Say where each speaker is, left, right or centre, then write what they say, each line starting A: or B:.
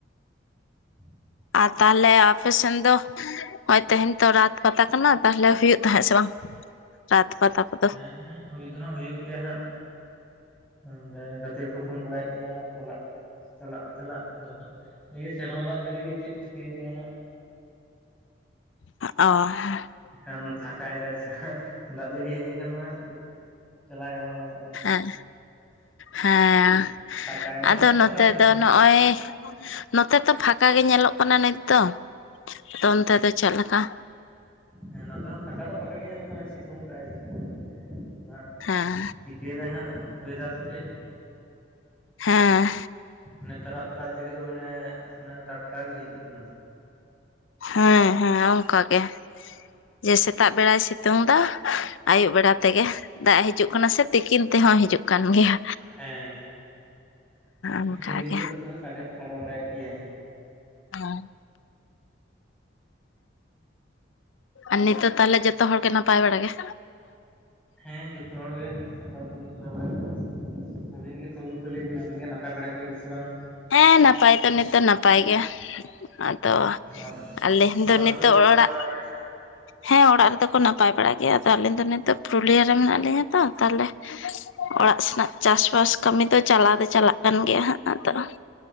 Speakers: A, in the centre; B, on the left.
A: <inaudible>
B: ᱟᱨ ᱛᱟᱦᱚᱞᱮ ᱟᱯᱮᱥᱮᱱ ᱫᱚ? ᱦᱳᱭ ᱛᱮᱦᱮᱧ ᱛᱚ ᱨᱟᱛ ᱯᱟᱛᱟ ᱠᱟᱱᱟ ᱛᱟᱦᱚᱞᱮ ᱦᱩᱭᱩᱜ ᱛᱟᱦᱮᱸᱫ ᱥᱮ ᱵᱟᱝ, ᱨᱟᱛ ᱯᱟᱛᱟ? ᱠᱚᱫᱚ
A: ᱦᱮᱸ ᱦᱩᱭ ᱫᱚ ᱦᱟᱸᱜ ᱦᱩᱭᱩᱜ ᱜᱮᱭᱟ ᱦᱟᱸᱜ᱾ ᱚᱸᱰᱮ ᱜᱟᱛᱮ ᱠᱚᱠᱚ ᱯᱷᱳᱱ ᱵᱟᱲᱟᱭᱮᱫ ᱜᱮᱭᱟ ᱪᱟᱞᱟᱜ᱾ ᱪᱟᱞᱟᱜᱼᱟ ᱪᱟᱞᱟᱜ ᱟᱫᱚ ᱦᱟᱸᱜ, ᱫᱮᱠᱷᱤ ᱥᱮᱨᱢᱟ ᱫᱟᱜ ᱡᱟᱹᱲᱤ ᱜᱮ ᱪᱮᱫ ᱪᱤᱠᱟᱹᱭ ᱫᱟᱭ ᱦᱟᱸᱜ ᱾ <inaudible>
B: ᱟ, ᱚᱻ
A: ᱮᱱᱠᱷᱟᱱ ᱯᱷᱟᱸᱠᱟᱭ ᱫᱟᱭ ᱥᱮ ᱱᱟᱜ ᱡᱟᱹᱲᱤ ᱦᱮᱡ ᱞᱮᱱᱠᱷᱟᱱ ᱢᱟ ᱪᱟᱞᱟᱣ ᱜᱮ ᱵᱟᱝ ᱜᱟᱱᱚᱜᱼᱟ᱾
B: ᱟᱨ ᱦᱮᱸ
A: ᱟᱫᱚ ᱯᱷᱟᱸᱠᱟᱭ ᱢᱟ
B: ᱟᱫᱚ
A: ᱱᱟᱜ
B: ᱱᱚᱛᱮ
A: ᱪᱟᱞᱟᱣ ᱦᱩᱭᱩᱜ
B: ᱫᱚ
A: ᱜᱮᱭᱟ
B: ᱱᱚ ᱱᱚᱜᱼᱚᱭ ᱱᱚᱛᱮ ᱛᱚ ᱯᱷᱟᱸᱠᱟ ᱜᱮ ᱧᱮᱞᱚᱜ ᱠᱟᱱᱟ ᱱᱤᱛ ᱫᱚ᱾ ᱟᱫᱚ ᱚᱱᱛᱮ ᱫᱚ ᱪᱮᱫᱞᱮᱠᱟ?
A: ᱦᱮᱸ ᱱᱚᱛᱮ ᱦᱚᱸ ᱯᱷᱟᱸᱠᱟ ᱫᱚ ᱯᱷᱟᱸᱠᱟ ᱜᱮ ᱧᱮᱞᱚᱜ ᱠᱟᱱᱟ ᱥᱤᱛᱩᱝ ᱠᱟᱜᱼ ᱟᱭ ᱥᱤᱛᱩᱝ ᱟᱫᱚ ᱦᱟᱸᱜ
B: ᱦᱮᱸ
A: ᱪᱤᱠᱟᱹᱭᱮᱫᱟ ᱦᱟᱸᱜ ᱚᱭᱮᱫᱟᱨ ᱠᱚᱜᱮ᱾
B: ᱦᱮᱸ᱾
A: ᱱᱮᱛᱟᱨᱟᱜ ᱫᱟᱜ ᱡᱟᱹᱲᱤ ᱫᱚ ᱚᱱᱮ ᱴᱟᱴᱠᱟ ᱜᱮ ᱦᱤᱡᱩᱜ ᱠᱟᱱᱟ᱾
B: ᱦᱮᱸ ᱦᱮᱸ ᱚᱱᱠᱟ ᱜᱮ ᱡᱮ ᱥᱮᱛᱟᱜ ᱵᱮᱲᱟᱭ ᱥᱤᱛᱩᱝ ᱫᱟ᱾ ᱟᱭᱭᱩᱵ ᱵᱮᱲᱟ ᱛᱮᱜᱮ ᱫᱟᱜ ᱦᱤᱡᱩᱜ ᱠᱟᱱᱟ ᱥᱮ ᱛᱤᱠᱤᱱ ᱛᱮᱦᱚᱸ ᱦᱤᱡᱩᱜ ᱠᱟᱱ ᱜᱮᱭᱟ᱾
A: ᱦᱮᱸ᱾
B: ᱚᱱᱠᱟᱜᱮ
A: ᱦᱮᱸ ᱨᱤᱢᱤᱞ ᱠᱚ ᱱᱤᱛᱚᱜ ᱦᱚᱸ ᱥᱟᱰᱮ ᱥᱟᱰᱮ ᱵᱟᱲᱟᱭᱮᱫ ᱜᱮᱭᱟᱭ᱾
B: ᱦᱮᱸ‍‍᱾ ᱟᱨ ᱱᱤᱛᱚᱜ ᱛᱟᱦᱚᱞᱮ ᱡᱚᱛᱚ ᱦᱚᱲᱜᱮ ᱱᱟᱯᱟᱭ ᱵᱟᱲᱟ ᱜᱮ?
A: ᱦᱮᱸ ᱡᱚᱛᱚ ᱦᱚᱲ ᱜᱮ ᱱᱟᱯᱟᱭ ᱫᱚ ᱱᱟᱯᱟᱭ ᱵᱟᱲᱟ ᱜᱮᱭᱟ ᱟᱹᱵᱤᱱ ᱜᱮ ᱠᱷᱚᱵᱚᱨ ᱠᱚ ᱞᱟᱹᱭ ᱵᱮᱱ᱾ ᱤᱱ ᱜᱮ ᱱᱟᱯᱟᱭ ᱵᱟᱲᱟᱭ ᱜᱮᱭᱟ ᱵᱮᱥᱤ ᱥᱮ ᱵᱟᱝ?
B: ᱦᱮᱸ ᱱᱟᱯᱟᱭ ᱛᱚ ᱱᱤᱛ ᱫᱚ ᱱᱟᱯᱟᱭ ᱜᱮ᱾ ᱛᱚ
A: ᱟᱨ
B: ᱟᱞᱮ ᱫᱚ
A: ᱚᱲᱟᱜ
B: ᱱᱤᱛᱚᱜ
A: ᱠᱚᱨᱮ ᱠᱚ ᱱᱟᱯᱟᱭ
B: ᱚᱲᱟᱜ
A: ᱵᱟᱲᱟ ᱜᱮᱭᱟ ᱥᱮ
B: ᱦᱮᱸ ᱚᱲᱟᱜ ᱨᱮᱫᱚ- ᱠᱚ ᱱᱟᱯᱟᱭ ᱵᱟᱲᱟ ᱜᱮᱭᱟ ᱟᱫᱚ ᱟᱹᱞᱤᱧ ᱫᱚ ᱱᱤᱛᱚᱜ ᱯᱩᱨᱩᱞᱤᱭᱟᱹ ᱨᱮ ᱢᱮᱱᱟᱜ ᱞᱤᱧᱟᱹ ᱛᱚ ᱛᱟᱦᱚᱞᱮ ᱚᱲᱟᱜ ᱥᱮᱱᱟᱜ- ᱪᱟᱥᱵᱟᱥ ᱠᱟᱹᱢᱤ ᱫᱚ ᱪᱟᱞᱟᱣ ᱫᱚ ᱪᱟᱞᱟᱜ ᱠᱟᱱ ᱜᱮᱭᱟ ᱦᱟᱸᱜ ᱟᱫᱚ-